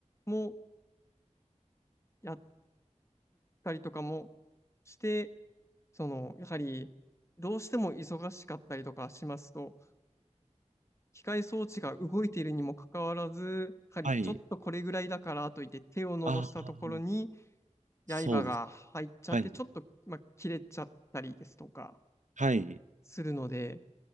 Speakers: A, on the left; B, on the right.
A: もやったりとかもして、その、やはり、どうしても忙しかったりとかしますと、機械装置が動いているにもかかわらず、やはりちょっとこれぐらいだからといって手を伸ばしたところに
B: はい。ああ、そうです。
A: 刃が入っちゃって、
B: はい、
A: ちょっと、まあ、切れちゃったりですとか
B: はい。
A: するので、